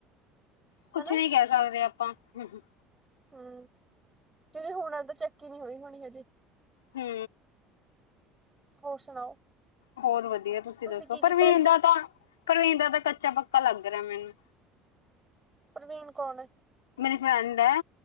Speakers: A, on the left (about 80°); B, on the right (about 20°).
A: ਕੁਝ
B: ਹਨਾ
A: ਨਹੀਂ ਕਹਿ ਸਕਦੇ ਆਪਾਂ ਹੂੰ ਹੂੰ।
B: ਹੂੰ, ਕਿੳਂਕਿ ਹੁਣ ਵਾਲੀ ਤਾਂ ਚੈੱਕ ਹੀ ਨਹੀਂ ਹੋਈ ਹੋਣੀ ਹਜੇ।
A: ਹੂੰ।
B: ਹੋਰ ਸੁਣਾਓ।
A: ਹੋਰ ਵਧੀਆ। ਤੁਸੀਂ ਦੱਸੋ।
B: ਕੀ ਕੀਤਾ
A: ਪ੍ਰਵੀਨ
B: ਅੱਜ
A: ਦਾ ਤਾਂ ਪ੍ਰਵੀਨ ਦਾ ਤਾਂ ਕੱਚਾ ਪੱਕਾ ਲੱਗਦਾ। ਗ੍ਰਾਮੀਣ।
B: ਮੀਨ ਕੌਣ ਐ?
A: ਮੇਰੀ ਫਰੈਂਡ ਹੈ।